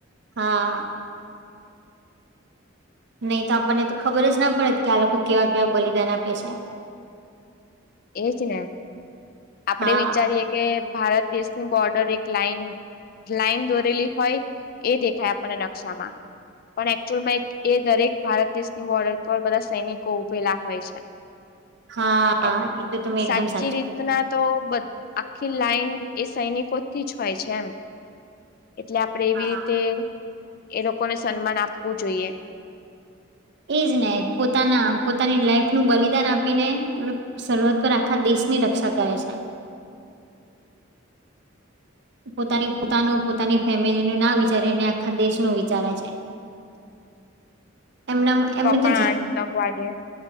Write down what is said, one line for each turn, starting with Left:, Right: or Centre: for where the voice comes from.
Right: હા. નહી તો આપણને તો ખબર જ ના પડેત કે આ લોકો કેવા કેવા બલિદાન આપે છે.
Left: એજ ને આપડે
Right: હા
Left: વિચારીએ કે ભારત દેશની બોર્ડર એક લાઈન લાઈન દોરેલી હોય એ દેખાય આપણને નકશામાં. પણ એકચુઅલમાં એ દરેક ભારત દેશની બોર્ડર પર બધા સૈનિકો ઉભેલા હોય છે.
Right: હા.
Left: એક
Right: તો તમે
Left: સાચી
Right: એકદમ સાચું
Left: રીતના
Right: કીધું
Left: તો બ આખી લાઈન એ સૈનિકોથી જ હોય છે એમ. એટલે આપણેે એવી
Right: હા
Left: રીતે એ લોકોને સન્માન આપવું જોઈએ.
Right: એજ ને પોતાના પોતાની લાઈફ નું બલિદાન આપીને એ સરહદ પર આખા દેશ ની રક્ષા કરે છે.
Left: <inaudible>
Right: પોતાની પોતાનું પોતાની ફેમિલીનું ના વિચારીને આખા દેશનું વિચારે છે.
Left: <inaudible>
Right: એમના એમને
Left: તો પણ
Right: જીત
Left: આતંકવાદી